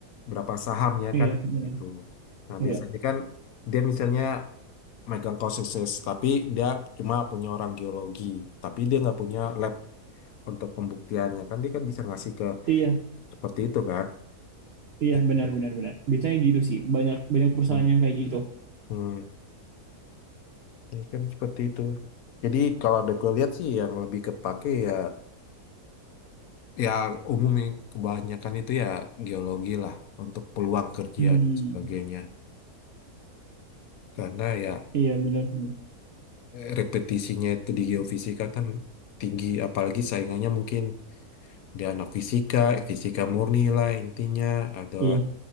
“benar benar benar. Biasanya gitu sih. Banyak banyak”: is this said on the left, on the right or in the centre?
Right